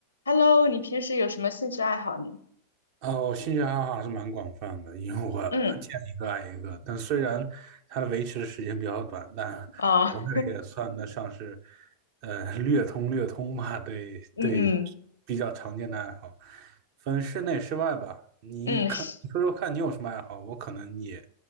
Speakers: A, on the left; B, on the right.
A: Hello，你平时有什么兴趣爱好呢？
B: 哦，兴趣爱好还是蛮广泛的，因为我呃见一个爱一个。
A: 嗯
B: 但虽然它的维持时间比较短，但我这也算得上是，
A: 啊，
B: 呃，略通略通吧。对对，
A: 嗯嗯
B: 比较常见的爱好，分室内室外吧。你看，
A: 嗯，室
B: 你说说看你有什么爱好？我可能也